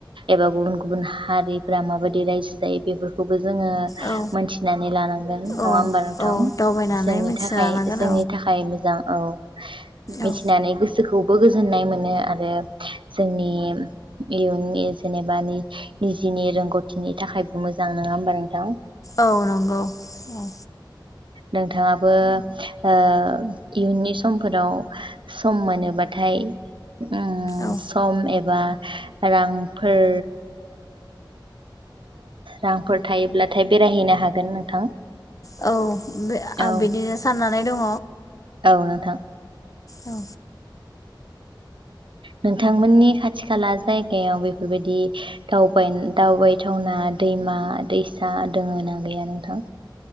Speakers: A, on the right; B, on the left.
A: एबा गुबुन गुबुन हारिफोरा माबायदि रायजो जायो बेफोरखौबो जोङो
B: औ
A: मोनथिनानै लानांगोन नङा
B: औ
A: होमबा नोंथां। थां
B: औ दावबायनानै
A: जोंनि
B: मिथिना
A: थाखाय
B: लानांगोन
A: जोंनि थाखाय मोजां औ मिथिनानै
B: औ
A: गोसोखौ बो गोजोननाय मोनो आरो जोंनि इयुननि जेनेबा निजेनि रोंगौथिनि थाखायबो मोजां नङा होमबा नोंथां।
B: औ नंगौ औ
A: नोंथाङाबो ओ इयुननि समफोराव सम मोनोबाथाय उम
B: औ
A: सम एब बा रांफोर रांफोर थायोब्लाथाय बेरायहैनो हागोन नोंथां।
B: औ
A: औ
B: आं बिदिनो साननानै नै दङ
A: औ नोंथां
B: औ
A: नोंथांमोननि खाथि खाला जायगायाव बेफोरबायदि दावबाय दावबायथावना दैमा दैसा दोङ ना गैया नोंथां?